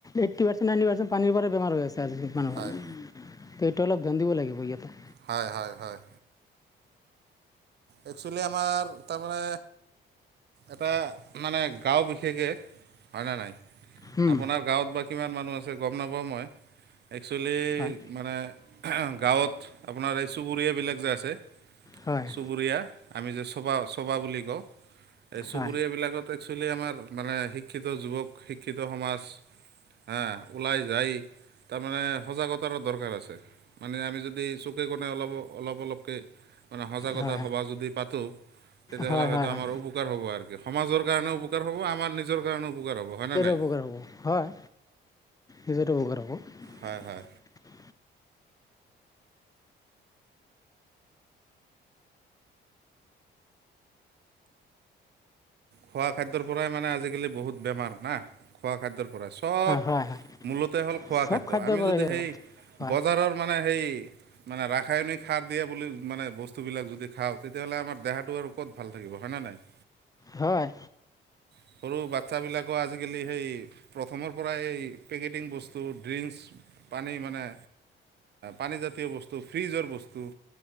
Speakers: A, on the left; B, on the right.
A: এইটটি পাৰ্চেণ্ট এনিমেলছ চোন পানীৰ পৰাই বেমাৰ হৈ আছে। <unintelligible> মানুহৰ
B: হয়
A: <unintelligible> তলত গান্দিব লাগিব ইয়াতে।
B: হয় হয় হয় একচুৱেলি আমাৰ তাৰমানে এটা মানে গাঁও বিশেষে হয়নে নাই?
A: হুম,
B: আপোনাৰ গাঁৱত বা কিমান মানুহ আ যে গম নাপাওঁ মই। একচুৱেলি
A: হয়
B: মানে গাঁৱত আপোনাৰ এই চুবুৰীয়াবিলাক যে আছে
A: হয়
B: চুবুৰীয়া আমি যে চোবা চোবা বুলি কওঁ এই চুবুৰীয়া
A: হয়
B: বিলাকত একচুৱেলি আমাৰ মানে শিক্ষিত যুৱক শিক্ষিত সমাজ হ ওলাই যাই তাৰমানে সজাগতাৰো দৰকাৰ আছে মানে আমি যদি চকে কোণে অলপ অলপ অলপকৈ মানে কবাত
A: হয়
B: সভা যদি পাত তো' তেতিয়াহ'লে
A: হয়
B: হয়তো
A: হয় হয়
B: আমাৰ উপকাৰ হব আৰুকি সমাজৰ কাৰণেও উপকাৰ হব আমাৰ নিজ নিজ কাৰণে উপকাৰ হ'ব হয়নে
A: নিজৰ
B: নাই
A: উপকাৰ হ'ব হয় নিজৰে উপকাৰ হ'ব
B: হয় হয় খোৱা খাদ্যৰ পৰাই মানে আজিকালি বহুত বেমাৰ না খোৱা খাদ্যৰ কৰে চব
A: হয় হয়
B: মূলতে হ'ল খোৱা
A: চব
B: খাদ্য
A: খাদ্যৰ
B: আমি
A: পৰাই
B: যদি
A: হয়
B: সেই
A: হয়
B: বজাৰৰ মানে সেই মানে ৰাসায়নিক সাৰ দিয়ে বুলি মানে বস্তুবিলাক যদি খাওঁ তেতিয়াহ'লে আমাৰ দেহাটো আৰু ক'ত ভাল থাকিব হয়নে নাই
A: হয়
B: সৰু বাচ্ছাবিলাকো আজিকালি সেই প্ৰথমৰ পৰাই এই পেকেটিং বস্তু ড্ৰিংচ পানী মানে পানীজাতীয় বস্তু ফ্ৰীজৰ বস্তু